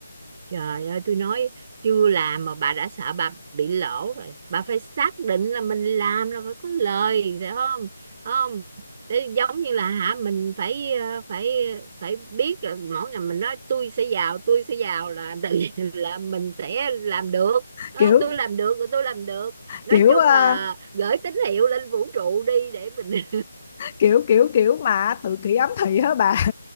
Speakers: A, on the right (about 25°); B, on the left (about 25°).
A: Trời ơi tôi nói chưa làm mà bà đã sợ bà bị lỗ rồi bà phải xác định là mình làm là phải có lời phải không Phải không để giống như là hả mình phải ờ, phải phải biết là mỗi ngày mình nói tôi sẽ giàu tôi sẽ giàu là tự nhiên là mình sẽ làm được Ờ,
B: kiểu
A: tôi làm được là tôi làm được nói
B: kiểu
A: chung
B: ờ,
A: là gửi tín hiệu lên vũ trụ đi để mình
B: kiểu kiểu kiểu mà tự kỷ ám thị á bà